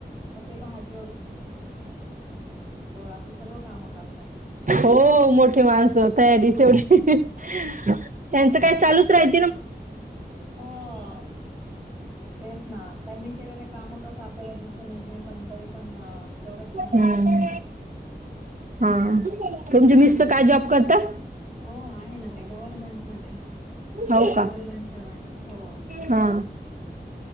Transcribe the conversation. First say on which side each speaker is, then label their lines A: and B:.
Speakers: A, on the right (about 30°); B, on the right (about 50°).
A: मग भाज असं सर्व कामं करतात ते
B: हो मोठे माणस तयारीवढी
A: हम्म
B: त्यांच काय चालूच राहिं
A: हो तेच ना त्यांनी केलेले काम कस आपल्याला दिसून येत नाही पण तरी पण तेवढच मदत
B: हम्म
A: होते
B: हा तुमचे मिस्टर
A: अ
B: काय जॉब करतात
A: हो आहे ना ते गव्हर्मेंट मध्ये
B: हो का
A: गव्हर्मेंट सर्वांट आहे हो्
B: हा